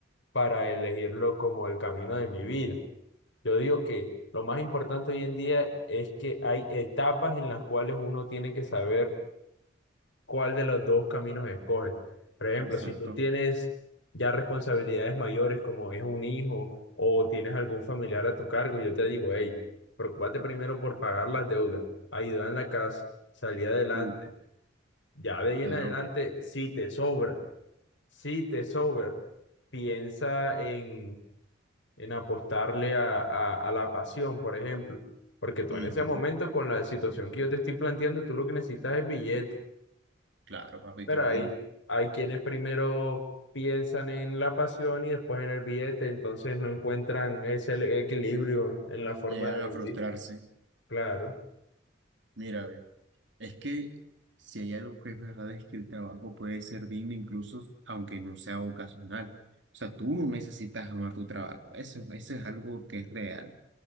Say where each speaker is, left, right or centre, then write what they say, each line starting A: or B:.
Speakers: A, on the left (about 65°); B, on the right (about 65°).
A: para elegirlo como el camino de mi vida. Yo digo que lo más importante hoy en día es que hay etapas en las cuales uno tiene que saber cuál de los dos caminos escoges. Por ejemplo,
B: exacto.
A: si tú tienes ya responsabilidades mayores como es un hijo o tienes algún familiar a tu cargo, yo te digo, hey, preocúpate primero por pagar las deudas, ayudar en la casa, salir adelante.
B: Uh,
A: Ya de ahí
B: claro,
A: en adelante, si te sobra, si te sobra, piensa en, en apostarle a, a a la pasión, por ejemplo. Porque tú
B: Ujú,
A: en ese momento, con la situación que yo te estoy planteando, tú lo que necesitas es billete.
B: Claro, papito,
A: Pero
B: el
A: hay,
B: mundo.
A: hay quienes primero piensan en la pasión y después en el billete, entonces no encuentran ese le- equilibrio en la forma
B: Llegan
A: de
B: a
A: vivir.
B: frustrarse.
A: Claro,
B: Mira, ve, es que si hay algo que es verdad es que el trabajo puede ser digno incluso aunque no sea vocacional. O sea, tú no necesitas amar tu trabajo. Eso, eso es algo que es real.